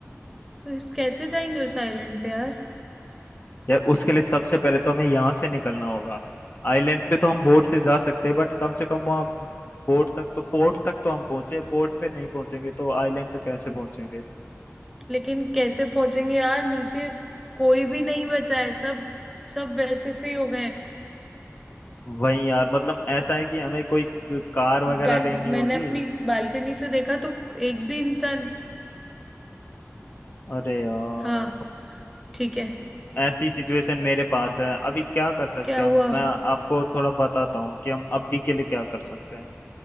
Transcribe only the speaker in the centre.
इस कैसे जाएंगे उस आइलैंड पे यार
लेकिन कैसे पहुंचेंगे यार नीचे कोई भी नहीं बचा है सब सब वैसे से ही हो गए हैं
गा-
मैंने अपनी बालकनी से देखा तो एक भी इंसान
हाँ ठीक है
क्या
हुआ